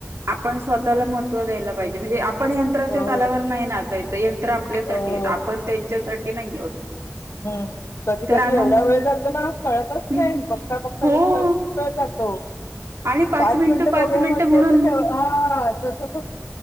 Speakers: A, on the right; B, on the left.
A: आपण स्वतःला महत्त्व द्यायला. म्हणजे आपण यंत्राच्या
B: हो, हो.
A: तलावर नाही नाचायचं यंत्र आपल्यासाठी
B: हो,
A: आहेत. आपण त्यांच्यासाठी. ते नाही.
B: हम्म कधी
A: तर
B: कधी
A: आदम
B: एवढा वेळ जातो ना कळतच
A: हं
B: नाही बघता बघता
A: हो
B: बघता खूप वेळ जातो. हो.
A: आणि
B: पाच
A: मिनिटं
B: मिनट
A: पाच
B: बघूया
A: मिनिटं
B: म्हणतो
A: म्हणून
B: हा तसच.